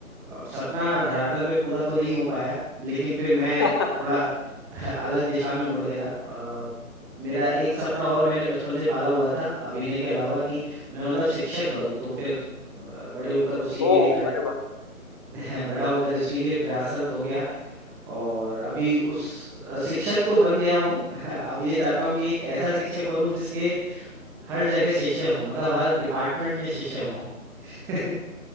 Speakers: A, in the centre; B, on the left.
A: अब सपना धरातल पे पूरा तो नहीं हो पाया लेकिन फिर मैं
B: अच्छा।
A: थोड़ा <laughs> अलग दिशा में मुड़ गया अ, मेरा एक सपना और मैंने बचपन से पाला हुआ था अभिनय के अलावा कि मैं मतलब शिक्षक बनूं तो फिर अ, बड़े होकर उसी के
B: <laughs>
A: लिए
B: ओह
A: प्रे-
B: अरे वाह
A: <laughs> बड़ा होकर उसी के लिए प्रयासरत हो गया और अभी उस अ, शिक्षक तो बन गया हूँ <laughs> अब ये चाहता हूँ कि एक ऐसा शिक्षक बनूं जिसके हर जगह शिष्य हों मतलब हर डिपार्टमेंट में शिष्य हों <laughs>